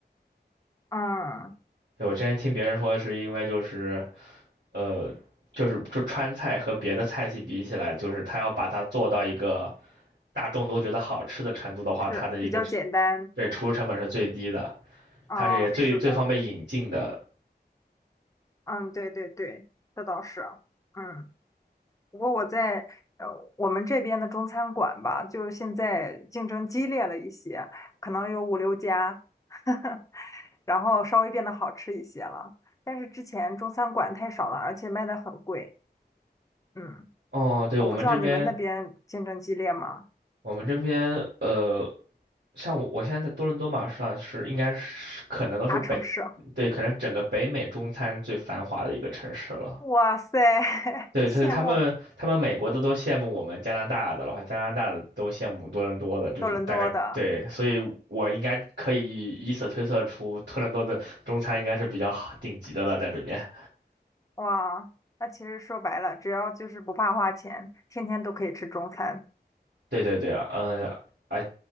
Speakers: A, on the left; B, on the right.
A: 嗯，
B: 对，我之前听别人说是因为就是呃，就是就川菜和别的菜系比起来，就是它要把它做到一个大众都觉得好吃的程度的话，
A: 是比较简单。
B: 它的一个对厨入成本是最低的，
A: 嗯，
B: 它是也最最方便引进的。
A: 是的，嗯，对对对，这倒是，嗯。不过我在呃我们这边的中餐馆吧，就现在竞争激烈了一些，可能有五六家，<laughs> 然后稍微变得好吃一些了。但是之前中餐馆太少了，而且卖的很贵。嗯，
B: 哦，对，
A: 我不知道你们那边竞争激烈吗？
B: 我们这边，我们这边，呃，像我我现在在多伦多嘛，算是应该是可能都是北，
A: 大城市，
B: 对，可能整个北美中餐最繁华的一个城市了。
A: 哇塞，<laughs>
B: 对，
A: 羡慕
B: 所以他们，他们美国的都羡慕我们加拿大的，然后加拿大的都羡慕多伦多的，就是大概对，
A: 多伦多的
B: 所以我应该可以以此推测出多伦多的中餐应该是比较好顶级的了，在这边。
A: 哇。那其实说白了，只要就是不怕花钱，天天都可以吃中餐。
B: 对对对，嗯、呃，